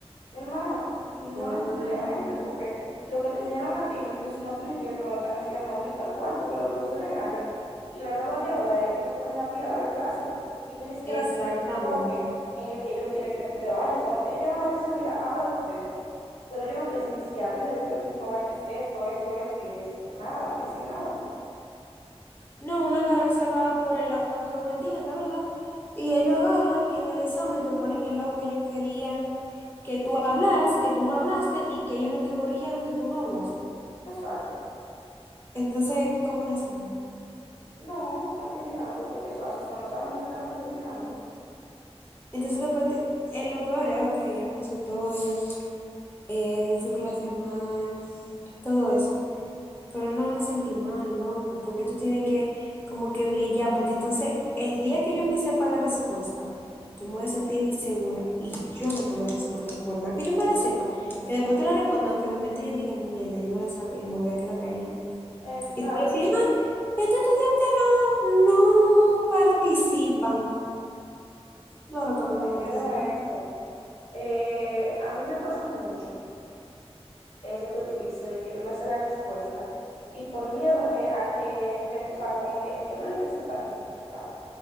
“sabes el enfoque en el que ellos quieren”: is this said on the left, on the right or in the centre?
Left